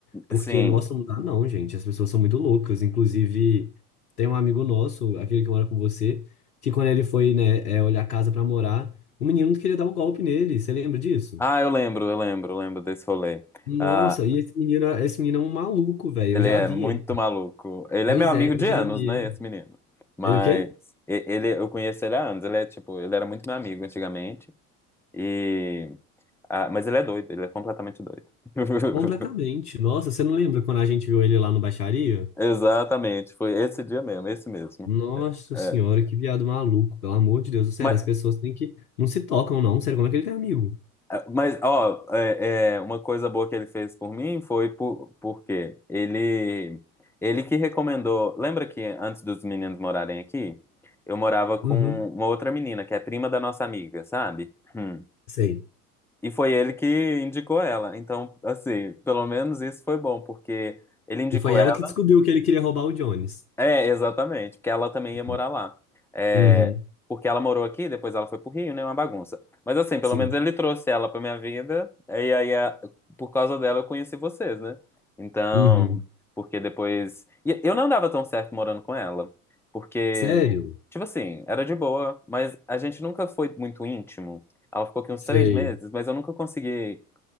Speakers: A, on the left; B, in the centre.
A: Porque,
B: Assim,
A: nossa, não dá não, gente. As pessoas são muito loucas. Inclusive, tem um amigo nosso, aquele que mora com você, que quando ele foi, né, é, olhar a casa pra morar, o menino queria dar o golpe nele. Você lembra disso?
B: ah, eu lembro, eu lembro, eu lembro desse rolê.
A: Nossa,
B: Ah,
A: e esse menino, esse menino é um maluco, velho.
B: Ele
A: Eu já
B: é
A: vi
B: muito maluco. Ele
A: Pois
B: é meu amigo
A: é, eu
B: de
A: já
B: anos,
A: vi.
B: né, esse menino. Mas
A: Ele o quê?
B: e- ele, eu conheço ele há anos. Ele é tipo, ele era muito meu amigo antigamente. E ah, mas ele é doido, ele é completamente doido. <laughs>
A: Completamente. Nossa, você não lembra quando a gente viu ele lá no Baixaria?
B: Exatamente, foi esse dia mesmo, esse mesmo.
A: Nossa
B: É.
A: senhora, que viado maluco, pelo amor de Deus. Sério,
B: Mas,
A: as pessoas têm que. Não se tocam, não. Sério, como é que ele tem amigo?
B: Mas, ó, é, é, uma coisa boa que ele fez por mim foi por, porque ele, ele que recomendou. Lembra que antes dos meninos morarem aqui, eu morava com
A: Uhum.
B: uma outra menina, que é prima da nossa amiga, sabe? Hum.
A: Sei.
B: E foi ele que indicou ela. Então, assim, pelo menos isso foi bom, porque ele indicou
A: E foi ela
B: ela.
A: que descobriu que ele queria roubar o Jones.
B: É, exatamente, porque ela também
A: Uhum.
B: ia morar lá. É,
A: Uhum.
B: porque ela morou aqui, depois ela foi pro Rio, né? Uma bagunça. Mas assim, pelo
A: Sim.
B: menos ele trouxe ela pra minha vida, e aí a- por causa dela eu conheci vocês, né? Então,
A: Uhum.
B: porque depois. e Eu não dava tão certo morando com ela, porque,
A: Sério?
B: tipo assim, era de boa, mas a gente nunca foi muito íntimo. Ela ficou aqui uns
A: Sei.
B: três meses, mas eu nunca consegui,